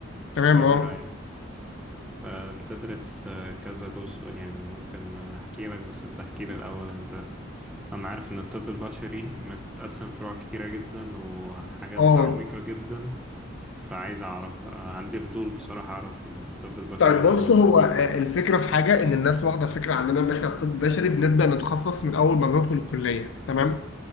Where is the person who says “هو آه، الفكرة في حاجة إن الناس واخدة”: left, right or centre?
Left